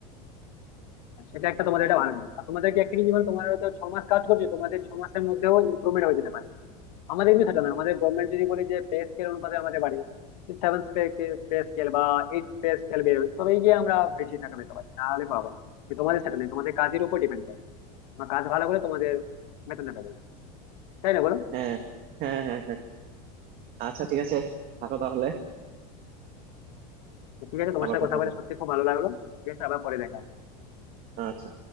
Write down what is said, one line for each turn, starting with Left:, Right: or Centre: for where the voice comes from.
Left: সেটা একটা তোমাদের একটা ভালো জিনিস আর তোমাদেরকে একটা কি জীবন তোমার হয়তো ছ মাস কাজ করছো তোমাদের ছ মাসের মধ্যেও ইমপ্রুভমেন্ট হয়ে যেতে পারে আমাদের কিন্তু সেটা না আমাদের গভর্নমেন্ট যদি বলে যে পে স্কেল অনুপাতে আমাদের বাড়ে সেভেন পে স্কেল বা এইট পে স্কেল বেরোয় তবেই গিয়ে আমরা বেশি টাকা পেতে পারি না হলে পাবো না কিন্তু তোমাদের সেটা নেই তোমাদের কাজের উপর ডিপেন্ড করে তোমার কাজ ভালো করে তোমাদের বেতনটা পেয়ে যাবে তাই না বলো
Right: হ্যাঁ হ্যাঁ হ্যাঁ হ্যাঁ আচ্ছা ঠিক আছে থাকো তাহলে
Left: তো ঠিক আছে তোমার
Right: আবার
Left: সাথে
Right: কথা
Left: কথা
Right: হবে
Left: বলে সত্যি খুব ভালো লাগলো ঠিক আছে আবার পরে দেখা হবে।
Right: আচ্ছা